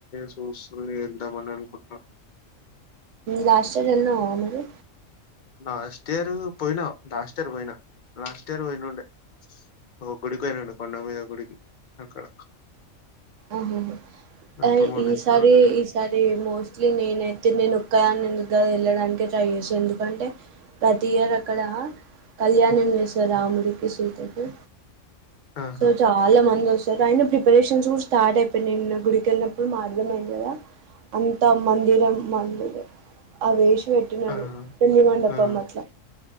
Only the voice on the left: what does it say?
సూస ఎంతా మనకు
లాస్ట్ ఇయర్ పోయినా లాస్ట్ ఇయర్ పోయినా లాస్ట్ ఇయర్ పోయినండ ఒక గుడికి పోయినండి కొండ మీద ఒక గుడికి అక్కడ
అప్పుడు మొన్న
ఎప్పు ఉండ క
ఆహా!
ఆ!
ఆ!